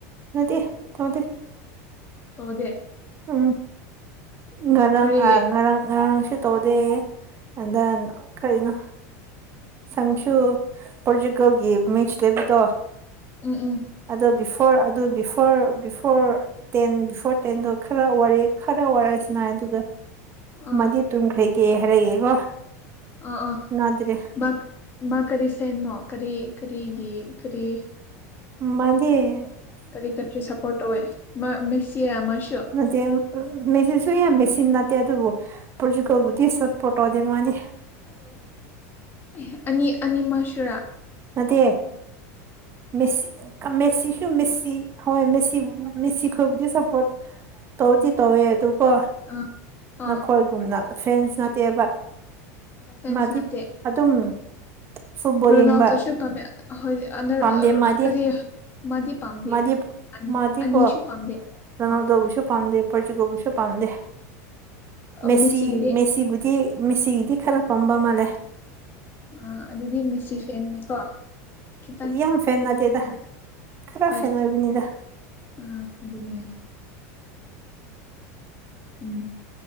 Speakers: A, on the right; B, on the left.
A: ꯅꯠꯇꯦ ꯇꯧꯗꯦ
B: ꯇꯣꯗꯦ
A: ꯎꯝ ꯉꯔꯥꯡ
B: ꯀꯔꯤꯒꯤ
A: ꯑ ꯉꯔꯥꯡ ꯉꯔꯥꯡꯁꯨ ꯇꯧꯗꯦ ꯑꯗ ꯑ ꯀꯔꯤꯅꯣ ꯁꯪꯁꯨꯨ ꯄꯣꯔꯆꯨꯒꯜꯒꯤ ꯃꯤꯆ ꯂꯩꯕꯗꯣ
B: ꯎꯝ ꯎꯝ
A: ꯑꯗꯣ ꯕꯤꯐꯣꯔ ꯑꯗꯣ ꯕꯤꯐꯣꯔ ꯕꯤꯐꯣꯔ ꯇꯦꯟ ꯕꯤꯐꯣꯔ ꯇꯦꯟꯗꯣ ꯈꯔ ꯋꯥꯔꯦ ꯈꯔ ꯋꯥꯔꯛꯁꯤꯅꯥꯏ ꯑꯗꯨꯗ
B: ꯑꯥ
A: ꯃꯥꯗꯤ ꯇꯨꯡ ꯈ꯭ꯔꯦꯒꯦ ꯍꯥꯏꯔꯦꯀꯣ
B: ꯑꯥ ꯑꯥ
A: ꯅꯗ꯭ꯔꯦ
B: <unintelligible> ꯃꯥ ꯀꯔꯤ ꯁꯦꯅꯣ ꯀꯔꯤ ꯀꯔꯤꯒꯤ ꯀꯔꯤ
A: ꯃꯥꯟꯗꯤꯌꯦ
B: ꯀꯔꯤ ꯀꯟꯇ꯭ꯔꯤ ꯁꯞꯄ꯭ꯔꯣꯠ ꯇꯧꯋꯦ ꯃꯥ ꯃꯦꯁꯤꯌꯥ ꯃꯥꯁꯨ
A: <unintelligible> ꯃꯦꯁꯤꯁꯨ ꯌꯥꯝ ꯃꯦꯁꯤꯟ ꯅꯥꯠꯇꯦ ꯑꯗꯨꯕꯨ ꯄꯣꯔꯆꯨꯀꯜꯕꯨꯗꯤ ꯁꯞꯄ꯭ꯔꯣꯠ ꯇꯧꯗꯦ ꯃꯥꯗꯤ
B: <inaudible> ꯑꯦ ꯑꯅꯤ ꯑꯅꯤ ꯃꯁꯨꯨꯔꯥ
A: ꯅꯠꯇꯦ
B: ꯎꯝ
A: ꯃꯦꯁꯤ ꯃꯦꯁꯤꯁꯨꯨ ꯃꯦꯁꯤ ꯍꯣꯏ ꯃꯦꯁꯤ ꯃꯦꯁꯤ ꯈꯣꯏꯕꯨꯗꯤ ꯁ ꯄꫭꯠ ꯇꯧꯗꯤ ꯇꯧꯋꯦ ꯑꯗꯣ ꯀꯣ
B: ꯑꯥ
A: ꯅꯈꯣꯏꯒꯨꯝꯅ
B: ꯑꯥ
A: ꯐꯦꯟꯁ ꯅꯠꯇꯦꯕ
B: ꯐꯦꯟꯁ
A: ꯃꯥꯗꯤ
B: ꯅꯠꯇꯦ
A: ꯑꯗꯨꯝ ꯐꯨꯠꯕꯣꯜ
B: ꯔꯣꯅꯥꯜꯅꯗꯣꯁꯨ
A: ꯌꯦꯡꯕ
B: ꯄꯝꯃꯦ ꯍꯣꯏꯗꯤ ꯑꯅꯔ
A: ꯄꯥꯝꯗꯦ
B: ꯑꯔ
A: ꯃꯥꯗꯤ
B: ꯀꯔꯤ ꯃꯥꯗꯤ ꯄꯥꯝꯗꯦ
A: ꯃꯥꯗꯤ
B: ꯑꯅꯤ
A: ꯃꯥꯗꯤꯀꯣ
B: ꯑꯅꯤꯁꯨ ꯄꯥꯝꯗꯦ
A: ꯔꯣꯅꯥꯜꯗꯣꯕꯨꯁꯨ
B: ꯑꯥ
A: ꯄꯝꯗꯦ ꯄꯣꯔꯆꯨꯒꯜꯁꯨ ꯄꯥꯝꯗꯦ ꯃꯦꯁꯤ
B: ꯃꯦꯁꯤꯒꯤꯗꯤ
A: ꯃꯦꯁꯤꯕꯨꯗꯤ ꯃꯦꯁꯤꯒꯤꯗꯤ ꯈꯔꯥꯄꯝꯕ ꯑꯃꯥꯂꯩ
B: ꯑ ꯑꯗꯨꯗꯤ ꯃꯦꯁꯤ ꯐꯦꯟꯅꯦꯀꯣ ꯈꯈꯤꯇꯥꯟ
A: ꯌꯥꯝ ꯐꯦꯟ ꯅꯠꯇꯦꯗ
B: <unintelligible>
A: ꯈꯔ
B: ꯍꯣꯏ
A: ꯐꯦꯟ ꯑꯣꯏꯕꯅꯤꯗ
B: ꯑ ꯑꯗꯨꯅꯦ ꯎꯝ